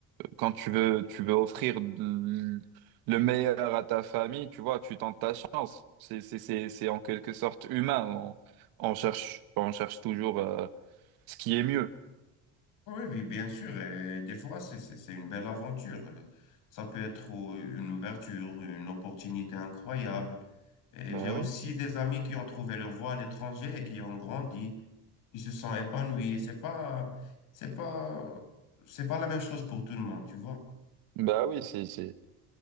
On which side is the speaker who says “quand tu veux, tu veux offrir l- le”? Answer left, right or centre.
Right